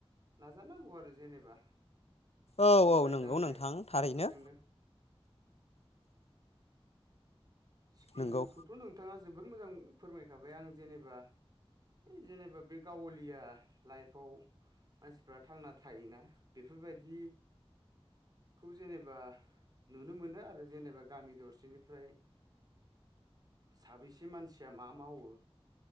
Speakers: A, on the right (about 40°); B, on the left (about 85°).
A: नाजानांगौ आरो जेनेबा
B: औ
A: मावनाय
B: औ नंगौ
A: दांनाय
B: नोंथां थारैनो
A: बेफोरजोंनो स्किलखौथ'
B: नंगौ
A: नोंथाङा जोबोर मोजां फोरमायखाबाय आं जेनेबा जेनेबा बे गाव'लिया लाइफआव मानसिफ्रा थांना थायोना बेफोरबादि खौ जेनेबा नुनो मोनो आरो जेनेबा गामि दरसेनिफ्राय साबैसे मानसिया मा मावो